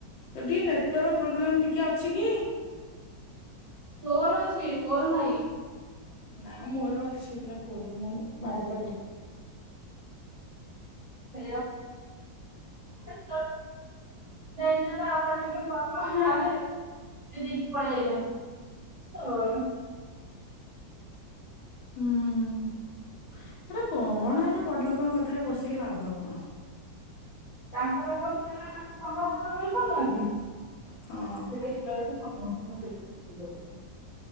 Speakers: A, on the left (about 85°); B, on the right (about 85°).
A: ତ ଟିକେ ନେଟୱାର୍କ ପ୍ରୋବ୍ଲେମ ଟିକେ ଅଛି କି?
B: ତୋର ଅଛି ମୋର ନାହିଁ।
A: ନା ମୋର ଅଛି ପୁରା ଫୁଲ ମୁଁ ବାଡି ପଟେ।
B: ସେ <unintelligible> ସେପଣିନି ପ <unintelligible> ହ <inaudible> <unintelligible> ଯଦି ପଳେଇଲା ଶଳା
A: ହୁଁ ଆରେ କଣ ଏରା ବଡ ଲୋକଙ୍କ କଥାରେ ପସିକି ଲାଭ କଣ?
B: ତାଙ୍କର ହେଇକିନା ସଂଘ ଫଙ୍ଗ କରିପାରୁନାହାନ୍ତି।
A: ହଁ
B: ସେ ସମ <unintelligible> <unintelligible>